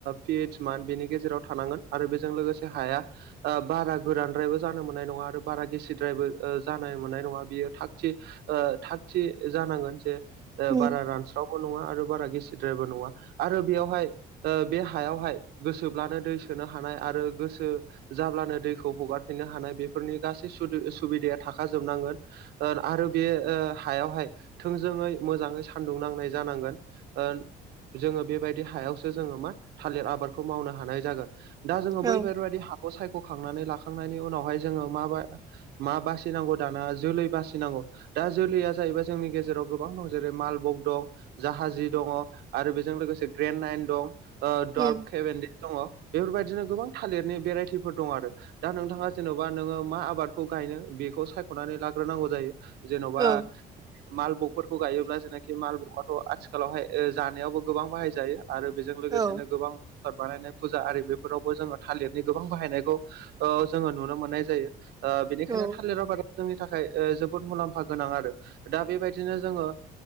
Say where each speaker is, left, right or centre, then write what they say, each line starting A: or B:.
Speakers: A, on the right; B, on the right.
A: पिइस मान बेनि गेजेराव थानांगोन। आरो बेजों लोगोसे हाया बारा गोरानद्रायबो जानो मोननाय नङा आरो बारा गिसिद्रायबो जानो मोननाय नङा बियो थागथि थागथि जानांगोन। जे ओ
B: उम
A: बारा रानस्रावबो नङा आरो बारा गेसिद्रायबो नङा आरो बेयावहाय ओ बे हायावहाय गोसोब्लानो दै सोनो हानाय आरो गोसो जाब्लानो दैखौ हगारफिननो हानाय बेफोरनि गासै सुबिदाया थाखाजोबनांगोन। ओ आरो बे हायावहाय थोंजोङै मोजाङै सान्दुं नांनाय जानांगोन। ओ जोङो बेबायदि हायावसो जोङो मा थालिर आबादखौ मावनो हानाय जागोन। दा जोङो बैफोरबायदि
B: औ
A: हा खौखौ सायख'खांनानै लाखांनायनि उनावहाय जोङो माबा मा बासिनांगौ दाना जोलै बासिनांगौ। दा जोलैया जाहैबाय जोंनि गेजेराव गोबां दं जेरै मालबग दं। जाहाजी दङ आरो बेजों लोगोसे ग्रेन् नाइन दं दार्फ,
B: उम
A: केभेनड। दङ बेफोरबायदिनो गोबां थालिरनि भेराइटिफोर दङ आरो। दा नोंथाङा जेनबा नोङो मा आबादखौ गायनो बेखौ सायखनानै लाग्रोनांगौ जायो। जेनबा
B: औ
A: मालबगफोरखौ गायोब्ला जेनाखि माल गाथ आथिखालावहाय जानायावबो गोबां बाहायजायो आरो बेजों लोगोसेनो
B: औ
A: गोबां आबाद बानायनाय फुजा आरि बेफोरावबो जोङो थालिरनि गोबां बाहायनायखौ ओ जोङो नुनो मोननाय जायो। बेनिखायनो
B: औ
A: थालिर आबाद जोंनि थाखाय जोबोद मुलाम्फा गोनां आरो दा बेबायदिनो जोङो